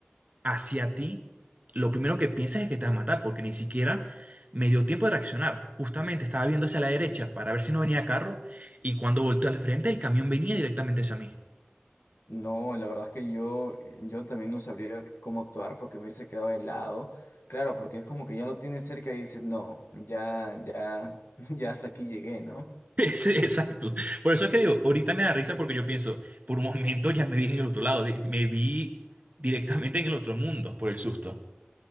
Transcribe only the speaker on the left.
No, la verdad es que yo, yo también no sabría cómo actuar porque me hubiese quedado helado. Claro, porque es como que ya lo tienes cerca y dices, no, ya, ya, <laughs> ya hasta aquí llegué, ¿no?